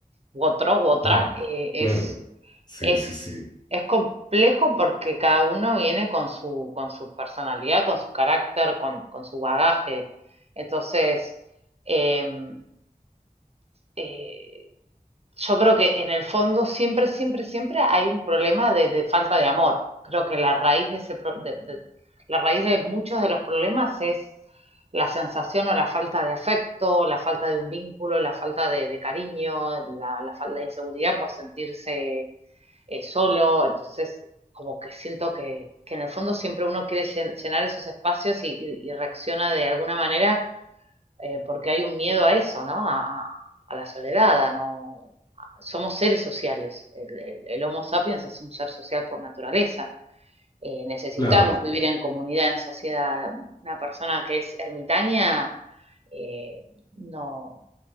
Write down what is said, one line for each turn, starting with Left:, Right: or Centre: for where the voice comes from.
Right: u otro, u otra,
Left: Ah,
Right: eh, es,
Left: claro. Sí,
Right: es,
Left: sí, sí.
Right: es complejo porque cada uno viene con su, con su personalidad, con su carácter, con, con su bagaje. Entonces, em, eh, yo creo que en el fondo siempre, siempre, siempre hay un problema de, de falta de amor. Creo que la raíz de, ese pro- de- de- la raíz de muchos de los problemas es la sensación o la falta de afecto, la falta de un vínculo, la falta de, de cariño, la, la falta de inseguridad por sentirse eh, solo. Entonces, como que siento que, que en el fondo siempre uno quiere llen- llenar esos espacios y, y- y reacciona de alguna manera eh, porque hay un miedo a eso, ¿no? A, a- a la soledad, a no... Somos seres sociales. El, el- el Homo sapiens es un ser social por naturaleza. Eh, necesitamos
Left: Claro.
Right: vivir en comunidad, en sociedad. Una persona que es ermitaña, eh, no,